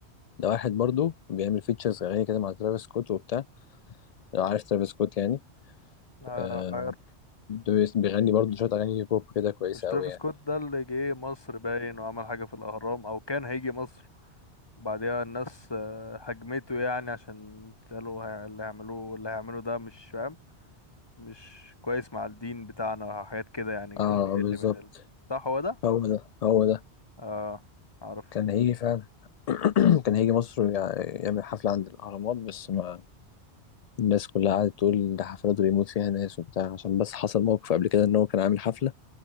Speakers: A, on the left (about 60°); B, on the left (about 25°).
A: ده واحد برضه بيعمل فيتشرز اغاني كده مع ترافيس سكوت وبتاع لو عارف ترافيس سكوت يعني
B: آه،
A: آه،
B: عارف.
A: ده بيس- بيغني برضه شوية أغاني بوب كده كويسة
B: مش ترافيس
A: أوي يعني
B: سكوت ده اللي جه مصر باين وعمل حاجه في الاهرام او كان هيجي مصر بعدها الناس آه، هجمته يعني عشان قالوا هي- اللي هيعملوه اللي هيعمله ده مش فاهم مش كويس مع الدين بتاعنا وحاجات كده يعني
A: اه
B: كده بيقل
A: بالظبط
B: من ال... صح هو ده
A: هو ده هو ده
B: اه اعرفه
A: كان هيجي فعلا <clears throat> كان هيجي مصر يع- يعمل حفلة عند الأهرامات بس ما الناس كلها قعدت تقول ده حفلات بيموت فيها ناس وبتاع عشان بس حصل موقف قبل كده إن هو كان عامل حفلة